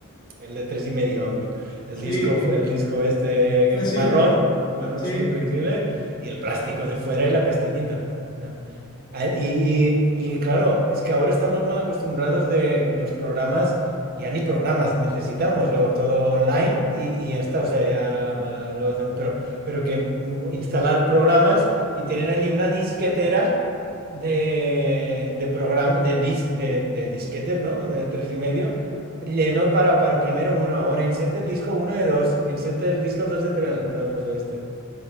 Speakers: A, on the right; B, on the left.
A: el de tres y medio ahora. El
B: Sí,
A: disco, el disco este
B: flexible.
A: marrón, marrón,
B: Sí,
A: sí, flexible, y el plástico de fuera y la pestañita. ¿no? Al- Y, y- y claro, es que ahora estamos mal acostumbrados de los programas, ya ni programas necesitamos, lo, todo online y, y ya está, o sea, ya lo hacen, pero, pero que mm, instalar programas y tener allí una disquetera de, de programa, de, dis- de, de disquetes, ¿no? De tres y medio, lleno para, para primero uno, ahora inserte el disco uno de dos, inserte el disco dos de tres, todo el rollo este.